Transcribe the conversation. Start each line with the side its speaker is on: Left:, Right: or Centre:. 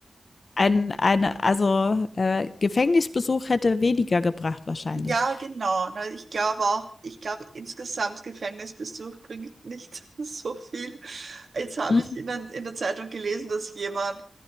Left: Ein eine also, äh, Gefängnisbesuch hätte weniger gebracht wahrscheinlich.
Right: ja, genau. Na, ich glaube auch, ich glaube insgesamt Gefängnisbesuch bringt nicht <laughs> so viel. Jetzt habe
Left: Mhm.
Right: ich in der, in der Zeitung gelesen, dass jemand